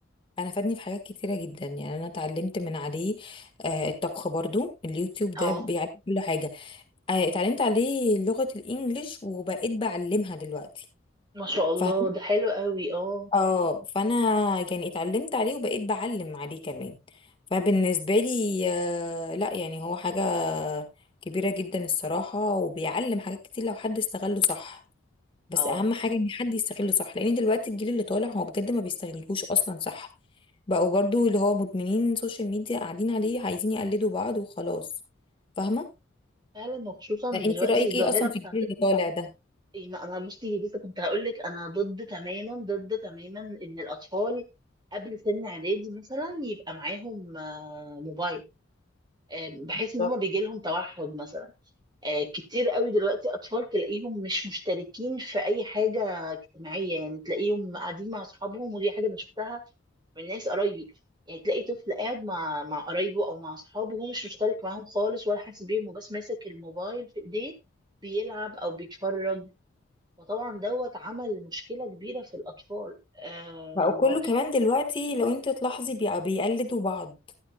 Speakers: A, on the left (about 25°); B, on the right (about 20°).
A: انا فادني في حاجات كتيره جدا يعني انا اتعلمت من عليه آه الطبخ برضو اليوتيوب ده
B: اه
A: بيعلم كل حاجه آه، اتعلمت عليه لغة الانجليش وبقيت بعلمها دلوقتي
B: ما شاء الله
A: فاهم
B: ده حلو قوي اه
A: اه فانا يعني اتعلمت عليه وبقيت بعلم عليه كمان فبالنسبة لي آه، لا يعني هو حاجة كبيرة جدا الصراحة وبيعلم حاجات كتير لو حد استغله صح بس
B: اه
A: اهم حاجة ان حد يستغله صح لان دلوقتي الجيل اللي طالع هو بجد ما بيستغلهوش اصلا صح بقوا برضو اللي هو مدمنين سوشيال ميديا قاعدين عليه عايزين يقلدوا بعض وخلاص فاهمة
B: فعلا وخصوصا
A: فانت
B: دلوقتي
A: رأيك
B: الظاهرة
A: ايه اصلا
B: بتاعت
A: في الجيل اللي طالع ده
B: انا أنا بصي لسه كنت هقول لك انا ضد تماما ضد تماما ان الأطفال قبل سن اعدادي مثلا يبقى معاهم آه، موبايل آه، بحيث
A: بالظبط.
B: ان هما بيجي لهم توحد مثلا آه، كتير قوي دلوقتي اطفال تلاقيهم مش مشتركين في اي حاجه اجتماعيه يعني تلاقيهم قاعدين مع اصحابهم ودي حاجه انا شفتها من ناس قرايبي يعني تلاقي طفل قاعد مع مع قرايبه او مع اصحابه وهو مش مشترك معاهم خالص ولا حاسس بيهم وبس ماسك الموبايل في ايديه بيلعب او بيتفرج فطبعا دوت عمل مشكله كبيره في الاطفال آم،
A: بقى كله كمان دلوقتي لو انت تلاحظي بقى بيقلدوا بعض